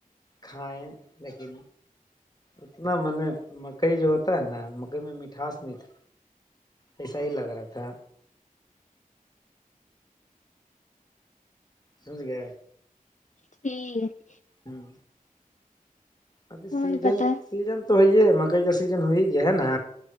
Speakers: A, on the left; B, on the left.
A: کھائائےیں لیکن اتنا م نے مکئی جو ہوتا ہے نا مکئی میں مٹھاس نہیں تھا ایسا ہی لگ رہا تھا سمج گی
B: ٹھیک
A: ہاں ابھی
B: اور
A: سیزن
B: بتائیں
A: سیزن تو ہے ہے مکئی کا سیزن ہو ہی گیا ہے نا